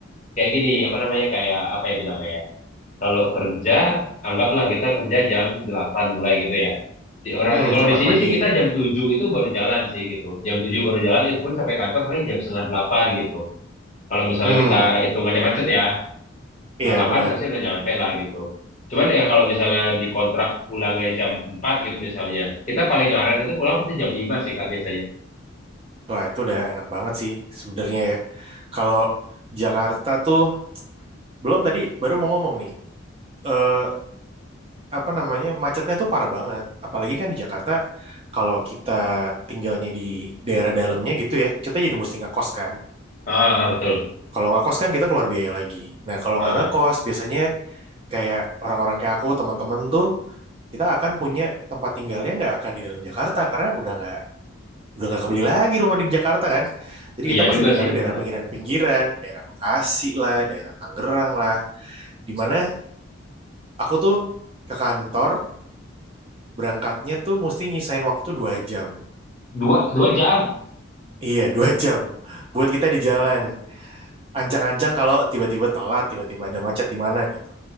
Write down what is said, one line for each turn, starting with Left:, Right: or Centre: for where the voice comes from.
Left: kayak gini apa namanya kayak apa ya bilangnya ya. Kalau kerja anggaplah kita kerja jam 8 mulai gitu ya. Di orang
Right: hmm
Left: di kalau
Right: delapan
Left: di sini
Right: pagi
Left: sih kita jam 7 itu baru jalan sih gitu. Jam 7 baru jalan itu pun sampai kantor paling jam setengah 8 gitu. Kalau misalnya
Right: hmm
Left: kita hitungannya macet ya, setengah
Right: iya
Left: 8
Right: benar
Left: sih udah nyampe lah gitu. Cuman ya kalau misalnya di kontrak pulangnya jam 4 gitu misalnya, kita paling ngaret itu pulang pasti jam 5 sih Kak biasanya.
Right: wah itu udah enak banget sih sebenarnya ya kalau Jakarta tuh belum tadi baru mau ngomong nih Eh apa namanya macetnya tuh parah banget apalagi kan di Jakarta kalau kita tinggalnya di daerah dalamnya gitu ya kita jadi mesti ngekos kan
Left: Ah, ah, betul.
Right: kalau nggak kos kan kita keluar biaya lagi nah kalau
Left: Ah,
Right: nggak ngekos
Left: ah.
Right: biasanya kayak orang-orang kayak aku teman-teman tuh kita akan punya tempat tinggalnya nggak akan di dalam Jakarta karena udah nggak udah nggak kebeli lagi rumah di Jakarta kan jadi
Left: iya
Right: kita pasti
Left: juga
Right: tinggal
Left: sih.
Right: di daerah
Left: Ah,
Right: pinggiran-pinggiran
Left: ah.
Right: daerah Bekasi lah daerah Tangerang lah dimana aku tuh ke kantor berangkatnya tuh mesti nyisain waktu dua jam
Left: dua, dua jam.
Right: Iya, dua <laughs> jam. Buat kita di jalan. Ancang-ancang kalau tiba-tiba telat, tiba-tiba ada macet di mana gitu.